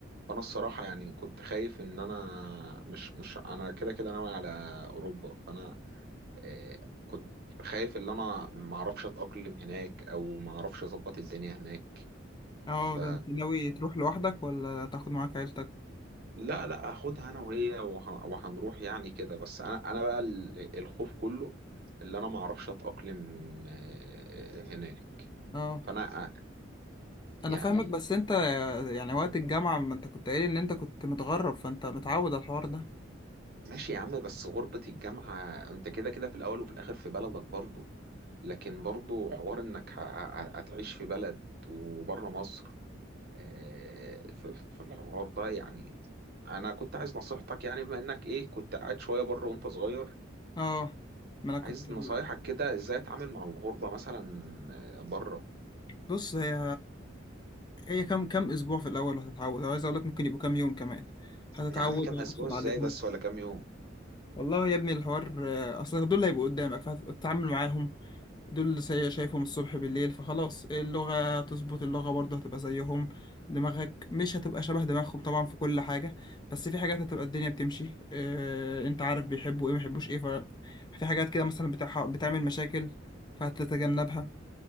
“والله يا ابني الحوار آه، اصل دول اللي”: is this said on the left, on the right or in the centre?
Left